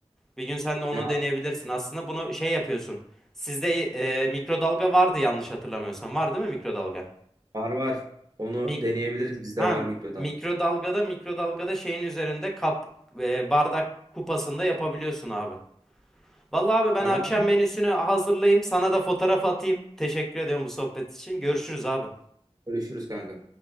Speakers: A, in the centre; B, on the right.
A: Bir gün sen de onu
B: Ya
A: deneyebilirsin. Aslında bunu şey yapıyorsun. Sizde e, mikrodalga vardı yanlış hatırlamıyorsam. Var değil mi mikrodalga?
B: var var. Onu
A: Mik
B: deneyebiliriz. Bizde
A: ha
B: var mikrodalga.
A: mikrodalgada mikrodalgada şeyin üzerinde kap e, bardak kupasında yapabiliyorsun abi. Vallahi abi ben
B: Tamam.
A: akşam menüsünü hazırlayayım. Sana da fotoğraf atayım. Teşekkür ediyorum bu sohbet için. Görüşürüz abi.
B: Görüşürüz kanka.